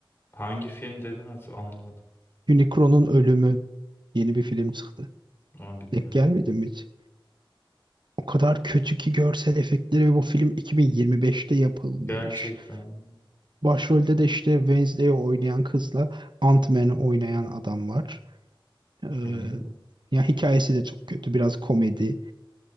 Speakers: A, on the left; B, on the right.
A: Hangi film dedin hatır anlamadım.
B: Unicron'un ölümü yeni bir film çıktı.
A: Ama bilmiyorum.
B: Denk gelmedi mi hiç? O kadar kötü ki görsel efektleri ve bu film 2025'te yapılmış.
A: Gerçekten. mi?
B: Başrolde de işte Wednesday'i oynayan kızla Ant-Man'i oynayan adam var. Ee,
A: Hmm,
B: ya hikayesi de çok kötü. Biraz komedi,